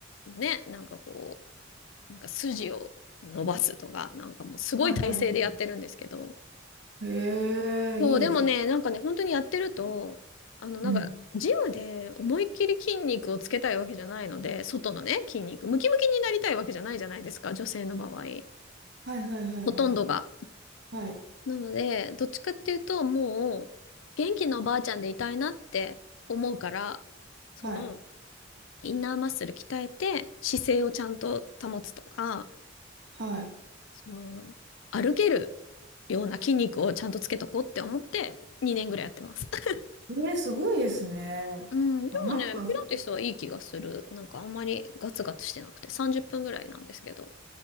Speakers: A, on the left (about 75°); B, on the right (about 60°).
A: ね、なんかこう、なんか筋を伸ばすとか、なんかもうすごい体勢でやってるんですけど。
B: はいはいはいへえ、
A: そう、
B: いいです。
A: でもね、なんかね、本当にやってると、あの、なんか、
B: うん。
A: ジムで思いっきり筋肉をつけたいわけじゃないので、外のね、筋肉、ムキムキになりたいわけじゃないじゃないですか、女性の場合。
B: はいはいはいはい。
A: ほとんどが。
B: はい。
A: なので、どっちかっていうと、もう、元気なおばあちゃんでいたいなって思うから、その、
B: はい。
A: インナーマッスル鍛えて、姿勢をちゃんと保つとか、
B: はい。
A: その、歩けるような筋肉をちゃんとつけとこうって思って2年ぐらいやってます。<laughs>
B: えー、すごいですね。
A: うん、<laughs> でもね、
B: あ、なんか、
A: ピラティスはいい気がする。
B: そ
A: なんかあんまりガツガツしてなくて30分ぐらいなんですけど。